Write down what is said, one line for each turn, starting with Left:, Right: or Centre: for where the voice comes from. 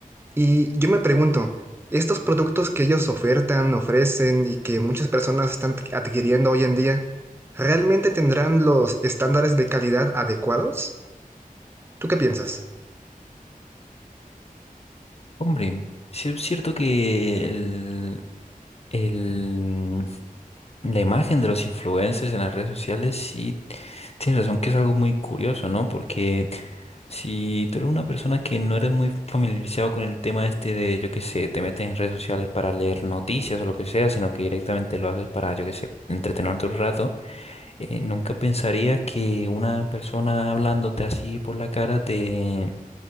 Right: Y yo me pregunto, estos productos que ellos ofertan, ofrecen y que muchas personas están adquiriendo hoy en día, ¿realmente tendrán los estándares de calidad adecuados? ¿Tú qué piensas?
Left: Hombre, sí es cierto que el, el- la imagen de los influencers en las redes sociales sí tienes razón que es algo muy curioso, ¿no? Porque si tú eres una persona que no eres muy familiarizado con el tema este de, yo qué sé, te metes en redes sociales para leer noticias o lo que sea, sino que directamente lo haces para, yo qué sé, entretenerte un rato, eh, nunca pensarías que una persona hablándote así por la cara te